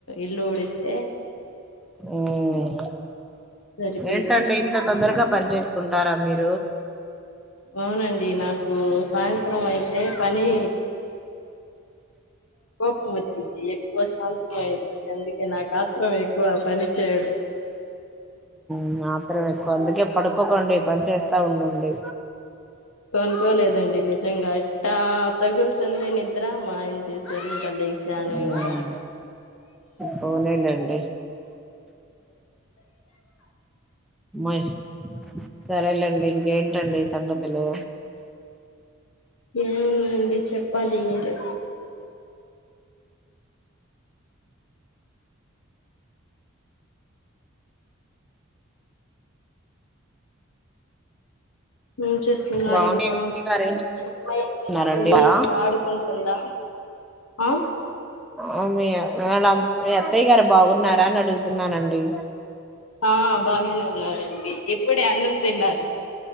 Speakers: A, on the left; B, in the centre.
A: ఇల్లు ఊడిస్తే
B: మ్
A: సరిపోయిద్ది
B: ఏంటండి ఇంత తొందరగా పని చేసుకుంటారా మీరు
A: అవునండి నాకు సాయంత్రం అయితే పని కోపం వచిద్దీ ఎక్కువ అంతమ అయిపోంది అందుకే నాకు ఆత్రం ఎక్కువ పని చేయడం
B: మ్ ఆత్రం ఎక్కువ అందుకే పడుకోకండి పని చేస్తా ఉండండి
A: పనుకోలేదండి నిజంగా అ తా తగుల్సిందే నిద్ర మాఆయన చేశారు ఇంకా లెగిసాను
B: మ్మ్
A: ఇంకా
B: పోనీలేండి మాయ్ సరేలేండి ఇంకేంటండి సంగతులు
A: ఏముందండి చెప్పాలి మీరే ఏం చేస్తున్నారు
B: బాగున్నా
A: ఇంకా
B: అత్తయ్య గారు ఏం
A: అమ్మాయి ఏం
B: చేస్తున్నారండి
A: చేస్తుంది
B: ఆ,
A: ఆడుకుంటుందా ఆ
B: ఆ మీ వాళ్ల మీ అత్తయ్య గారు బాగున్నారా అని అడుగుతున్నానండి
A: ఆ బాగానే ఉన్నారండి ఇప్పుడే అన్నం తిన్నారు